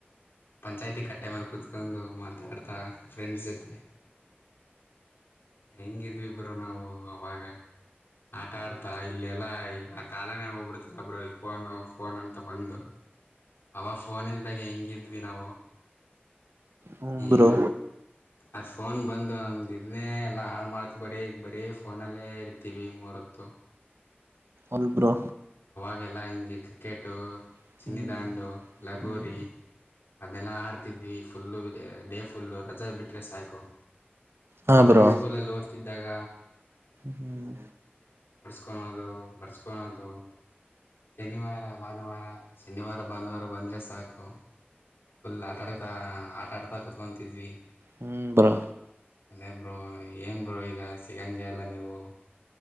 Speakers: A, on the left; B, on the right.
A: ಪಂಚಾಯ್ತಿ ಕಟ್ಟೆ ಮೇಲೆ ಕುೂತ್ಕೊಂಡು ಮಾತಾಡ್ತಾ ಫ್ರೆಂಡ್ಸ್ ಜೊತೆ. ಹೆಂಗಿದ್ವಿ ಬ್ರೋ ನಾವು ಅವಾಗ. ಆ ಆಟಾಡ್ತಾ ಇಲ್ಲೆಲ್ಲಾ ಈಗ ಆ ಕಾಲನೇ ಹೋಗ್ಬಿಡ್ತಲ್ಲ ಬ್ರೋ, ಈ ಫೋನು ಫೋನ್ ಅಂತ ಬಂದು, ಅವಾಗ ಫೋನ್ ಇಲ್ದಾಗ ಹೆಂಗಿದ್ವಿ ನಾವು
B: ಹ್ಮ
A: ಈಗ
B: ಬ್ರೋ
A: ಅದ್ ಫೋನ್ ಬಂದು ನಮ್ದು ಎಲ್ಲ ಹಾಳು ಮಾಡ್ತ್ ಬರೀಗ್ ಬ ರೀ ಫೋನಲ್ಲೇ ಇರ್ತೀವಿ ಮೂರತ್ತು.
B: ಒಲ್ ಬ್ರೋ
A: ಹಾಗೆಲ್ಲ ಹಿಂಗೆ ಕ್ರಿಕೆಟು.
B: ಹ್ಮ್
A: ಚನ್ನಿದಾಂಡು ಲಗೋರಿ.
B: ಹ್ಮ್
A: ಅದೆಲ್ಲಾ ಆಡ್ತಿದ್ವಿ. Full day full. ಪುಲ್ಲು ರಜಾ ಬಿಟ್ರ ಸಾಕು
B: ಹಾ
A: ಗೌರ್ಮೆಂಟ್
B: ಬ್ರೋ
A: ಸ್ಕೂಲ್ ಅಲ್ಲಿ ಓದ್ತಿದ್ದಾಗ
B: ಹ್ಮ್
A: ಒದು ಬರ್ಸ್ ಕತ್ಕಳೋದು ಶನಿವಾರ ಭಾನುವಾರ ಶನಿವಾರ ಭಾನುವಾರ ಬಂದರೆ ಸಾಕು ಫುಲ್ ಆಟ ಆಡ್ತಾ ಆಟ ಆಡ್ತಾ ಕುತ್ಕೊತಿದ್ವಿ.
B: ಹ್ಮ್ ಬ್ರೋ
A: ಅದೇ ಬ್ರೋ ಏನು ಬ್ರೋ ಈಗ ಸಿಗಂಗೆ ಎಲ್ಲ ನೀವು?